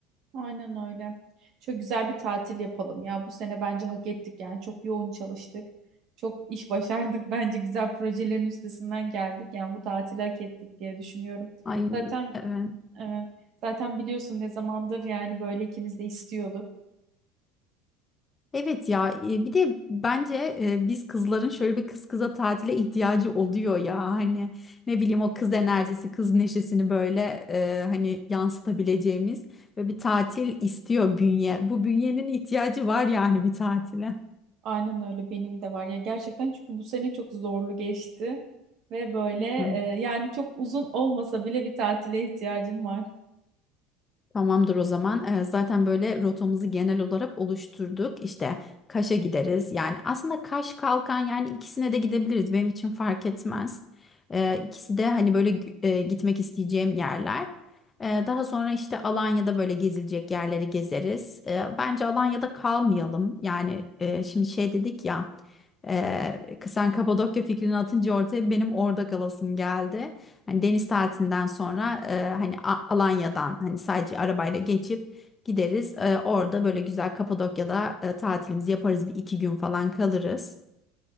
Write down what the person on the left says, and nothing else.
Ay
evet.
Evet ya e, bir de bence e, biz kızların şöyle bir kız kıza tatile ihtiyacı oluyor ya hani ne bileyim o kız enerjisi kız neşesini böyle e, hani yansıtabileceğimiz ve bir tatil istiyor bünye. Bu bünyenin ihtiyacı var yani bir tatile.
<laughs>
Tamamdır o zaman. Ee, zaten böyle rotamızı genel olarak oluşturduk. İşte Kaş'a gideriz. Yani aslında Kaş Kalkan yani ikisine de gidebiliriz. Benim için fark etmez. Ee, ikisi de hani böyle e, gitmek isteyeceğim yerler. Ee, daha sonra işte Alanya'da böyle gezilecek yerleri gezeriz. Ee, bence Alanya'da kalmayalım. Yani e, şimdi şey dedik ya. E, sen Kapadokya fikrini atınca ortaya benim orada kalasım geldi. Hani deniz tatilinden sonra e, hani A- Alanya'dan hani sadece arabayla geçip gideriz. E, orada böyle güzel Kapadokya'da e, tatilimizi yaparız. Bir iki gün falan kalırız.